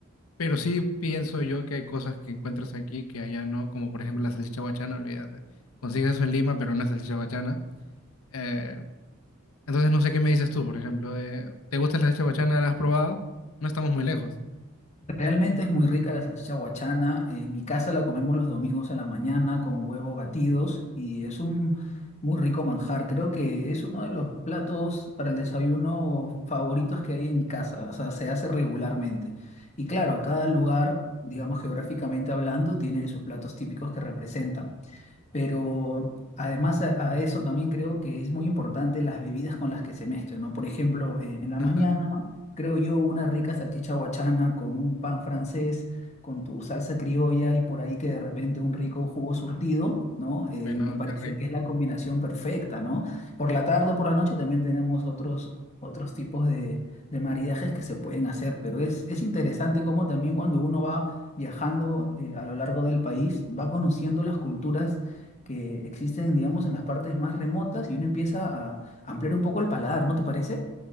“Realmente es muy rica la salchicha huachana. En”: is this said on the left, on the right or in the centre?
Left